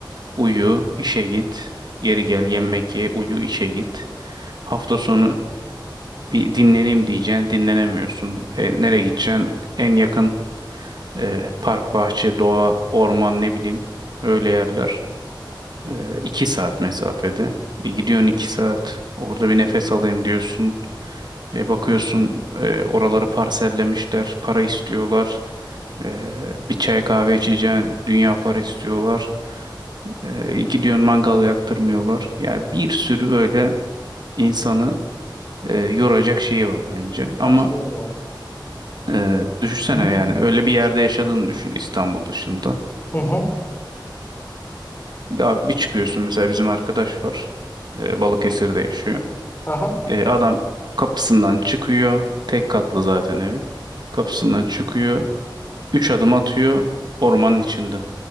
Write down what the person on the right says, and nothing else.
uyu, işe git. Geri gel, yemek ye, uyu, işe git. Hafta sonu bir dinleneyim diyeceksin, dinlenemiyorsun. E, nereye gideceksin? En yakın e, park, bahçe, doğa, orman ne bileyim öyle yerler. E, iki saat mesafede. E, gidiyorsun iki saat orada bir nefes alayım diyorsun. E, bakıyorsun e, oraları parsellemişler, para istiyorlar. E, bir çay kahve içeceğin dünya para istiyorlar. E, gidiyorsun mangal yaktırmıyorlar. Yani bir sürü böyle insanı e, yoracak şeyi var bence.
Ama
e, düşünsene
yani öyle bir yerde yaşadığını düşün İstanbul dışında.
Abi bir çıkıyorsun mesela bizim arkadaş var. Ee, Balıkesir'de yaşıyor.
Ee, adam kapısından çıkıyor. Tek katlı zaten evi. Kapısından çıkıyor. Üç adım atıyor. Ormanın içinde.